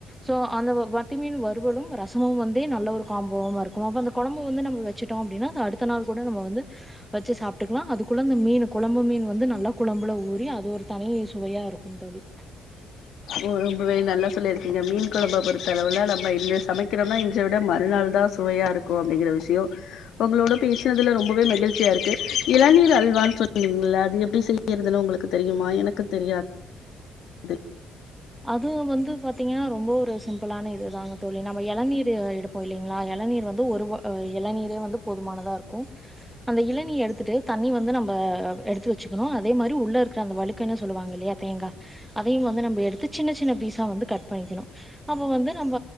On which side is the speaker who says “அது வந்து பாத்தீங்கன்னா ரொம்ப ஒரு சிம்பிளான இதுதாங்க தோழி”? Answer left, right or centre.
Centre